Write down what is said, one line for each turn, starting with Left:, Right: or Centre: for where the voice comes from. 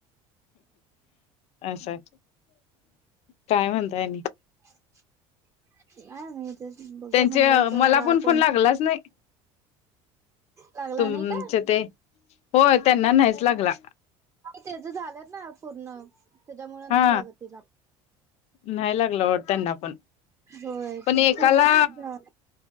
Left: असंय, काय म्हणताय
Right: <unintelligible> <inaudible>
Left: त्यांचे
Right: म्हटलं तर
Left: मला
Right: जरा
Left: पण
Right: कोण
Left: फोन लागलाच नाही,
Right: लागला
Left: तुमचे
Right: नाही का
Left: ते होय त्यांना नाहीच लागला
Right: ते ज झालंत ना पूर्ण, त्याच्यामुळं
Left: हा
Right: नाही लागत तिला
Left: नाही लागलं वाढत तेना पण,
Right: होय
Left: पण
Right: तिचं
Left: एकाला
Right: पूर्ण झालं